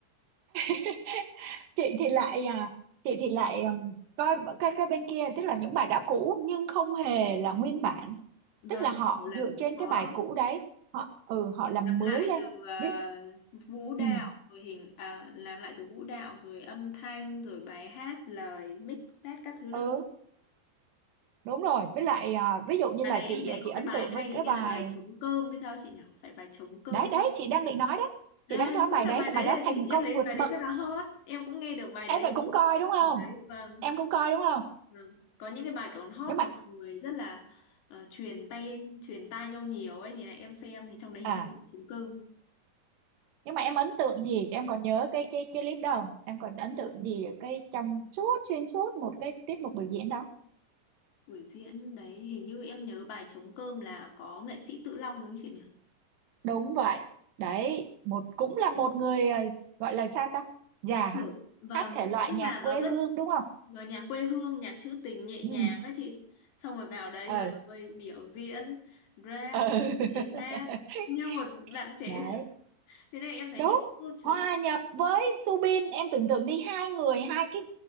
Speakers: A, on the right; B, on the left.
A: <laughs> chị thì lại à, chị thì lại um, coi cái cái bên kia tức là những bài đã cũ nhưng không hề là nguyên bản tức
B: Vâng.
A: là họ
B: kiểu là
A: dựa
B: cũng
A: trên
B: có
A: cái bài cũ đấy họ ừ họ làm
B: làm lại
A: mới lên
B: từ à,
A: Ví-
B: vũ đạo
A: ừ,
B: rồi hình à, làm lại từ vũ đạo rồi âm thanh rồi bài hát lời mix test các thứ nữa
A: ừ
B: đúng không?
A: đúng rồi với lại à, ví dụ như
B: à
A: là
B: đấy
A: chị
B: em thấy
A: à,
B: có
A: chị
B: cái
A: ấn
B: bài
A: tượng
B: hay
A: với
B: hình
A: cái
B: như
A: bài
B: là bài trống cơm hay sao chị nhỉ phải bài trống cơm
A: đấy
B: không?
A: đấy chị đang định nói đó
B: à
A: chị đang nói bài
B: cũng là
A: đấy
B: bài
A: cái
B: đấy
A: bài đó
B: à
A: thành
B: chị
A: công
B: em thấy
A: vượt
B: bài
A: bậc
B: đấy rất là hot em cũng nghe được bài
A: em
B: đấy
A: vậy
B: ở bên
A: cũng coi
B: chương
A: đúng không
B: trình đấy vâng
A: em cũng coi đúng không
B: vâng có những cái bài kiểu hot
A: nhưng mà
B: mà mọi người rất là ờ, truyền tay truyền tai nhau nhiều ấy thì này em xem thì trong đấy hình
A: à
B: như cũng trống cơm
A: nhưng mà em ấn tượng gì em còn nhớ cái cái cái clip đó không em còn ấn tượng gì ở cái trong suốt xuyên suốt một cái tiết mục biểu diễn đó
B: Buổi diễn đấy hình như em nhớ bài Trống cơm là có nghệ sĩ Tự Long đúng không chị nhỉ?
A: đúng vậy đấy một cũng là một người ờ, gọi là sao ta già hả
B: Được. Vâng,
A: hát thể loại
B: tức
A: nhạc
B: là
A: quê
B: nó rất
A: hương đúng không
B: vào nhà quê hương, nhạc trữ tình nhẹ
A: ừ
B: nhàng á chị. Xong rồi vào đấy
A: ờ
B: rồi ơi biểu diễn, rap,
A: ờ
B: nhảy hát
A: <laughs>
B: như một bạn trẻ.
A: đấy
B: <laughs> Thế này em thấy
A: đúng
B: những cô chú
A: hòa nhập với Subin em tưởng tượng đi hai người hai cái